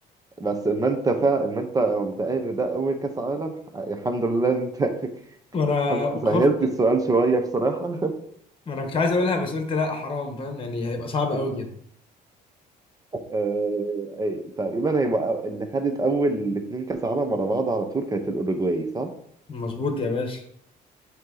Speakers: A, on the right; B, on the left.
A: بس ما انت فا ما انت قمت قايل ان ده اول كاس عالم الحمد لله ان انت <laughs>
B: ما انا
A: سهلت
B: خفت
A: السؤال شوية بصراحة
B: ما انا كنت عايز اقولها بس قلت لا حرام فاهم يعني هيبقى صعب قوي
A: <laughs>
B: كده
A: آه، أي تقريبا هي اللي خدت اول اتنين كاس عالم ورا بعض على طول كانت الاوروجواي صح؟
B: مظبوط يا باشا